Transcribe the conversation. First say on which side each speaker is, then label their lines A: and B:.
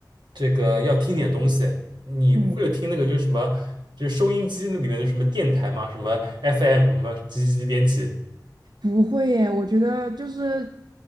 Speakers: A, on the right (about 90°); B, on the right (about 70°).
A: 这个要听点东西，你会有听那个就是什么，
B: 嗯，
A: 就是收音机那里面的什么电台嘛，什么 FM 什么几几几点几，
B: 不会耶，我觉得就是